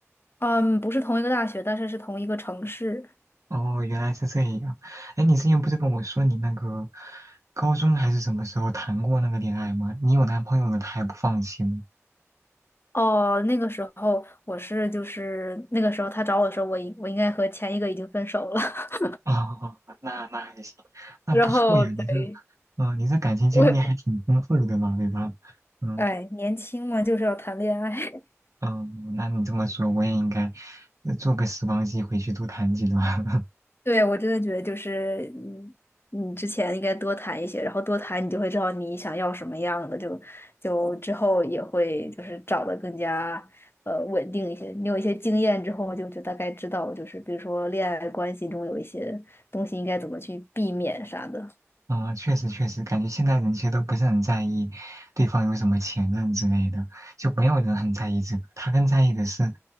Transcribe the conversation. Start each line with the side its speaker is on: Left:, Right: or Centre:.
Left: 嗯，不是同一个大学，但是是同一个城市。
Right: 哦，原来是这样。哎，你之前不是跟我说你那个高中还是什么时候谈过那个恋爱吗？你有男朋友了，他还不放心？
Left: 哦，那个时候我是就是那个时候他找我的时候，我应我应该和前一个已经分手了。<laughs>
Right: <laughs> 哦，那那还行，那不错呀，
Left: 然后对，
Right: 你这，呃，你这感情经历还挺丰富的嘛，
Left: 我
Right: 对吧？嗯
Left: 哎，年轻嘛，就是要谈恋爱。<laughs>
Right: 嗯，那你这么说，我也应该做个时光机回去多谈几段。<laughs>
Left: 对，我真的觉得就是你你之前应该多谈一些，然后多谈你就会知道你想要什么样的，就就之后也会就是找的更加呃稳定一些。你有一些经验之后，就就大概知道，就是比如说恋爱关系中有一些东西应该怎么去避免啥的。
Right: 啊、呃确实确实，感觉现在人其实都不是很在意对方有什么前任之类的，就没有人很在意这个。他更在意的是